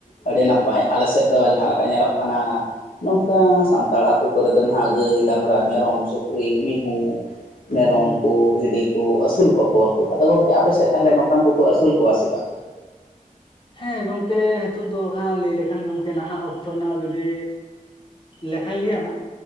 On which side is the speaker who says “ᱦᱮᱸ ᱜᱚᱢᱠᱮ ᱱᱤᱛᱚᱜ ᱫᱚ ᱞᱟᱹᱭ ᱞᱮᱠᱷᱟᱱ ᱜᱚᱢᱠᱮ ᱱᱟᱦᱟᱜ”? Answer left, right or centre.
Left